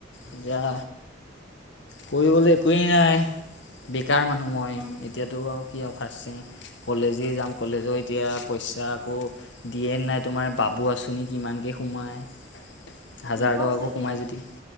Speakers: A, on the left; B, on the right.
A: এতিয়া কৰিবলে একোৱেই নাই বেকাৰ মানুহ মই
B: উম,
A: এতিয়াতো আও কি অফ আছে কলেজেই যাম কলেজৰ এতিয়া পইচা আকৌ দিয়ে নাই তোমাৰ বাবু আঁচনি কিমানকে সোমায়। হাজাৰ
B: দিব
A: টকাকো
B: চাগে।
A: সোমাই যদি